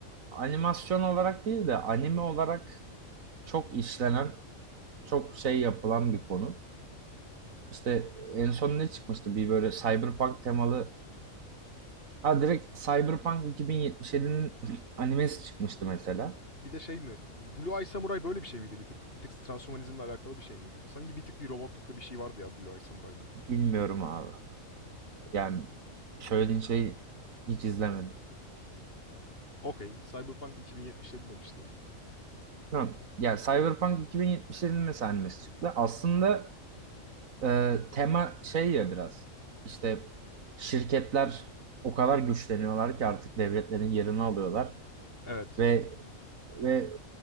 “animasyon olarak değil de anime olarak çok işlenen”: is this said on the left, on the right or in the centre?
Right